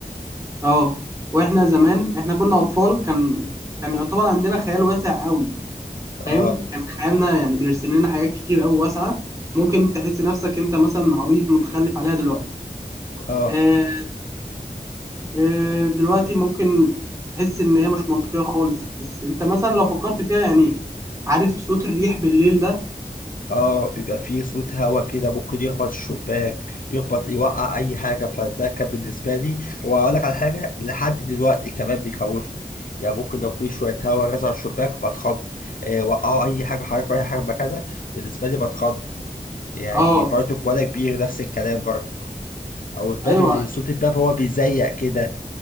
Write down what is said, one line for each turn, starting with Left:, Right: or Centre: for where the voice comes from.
Right: اه واحنا زمان احنا كنا اطفال كان كان يعتبر عندنا خيال واسع قوي
Left: اه
Right: فاهم كان خيالنا يعني بيرسم لنا حاجات كتير قوي واسعه ممكن تحس نفسك انت مثلا عبيط متخلف عليها دلوقتي
Left: اه
Right: آه... آه... دلوقتي ممكن تحس ان هي مش منطقيه خالص بس انت مثلا لو فكرت فيها يعني عارف صوت الريح بالليل ده
Left: اه بيبقى فيه صوت هوا كده ممكن يخبط الشباك يخبط يوقع اي حاجه فده كان بالنسبه لي واقول لك على حاجه لحد دلوقتي كمان بيخوفني يعني ممكن لو في شويه هوا رزع على الشباك بتخض آه وقعوا اي حاجه حركوا اي حاجه مكانها بالنسبه لي بتخض يعني
Right: اه
Left: برضو وانا كبير نفس الكلام برضو او الباب
Right: ايوه
Left: اللي صوت الباب هو بيزيق كده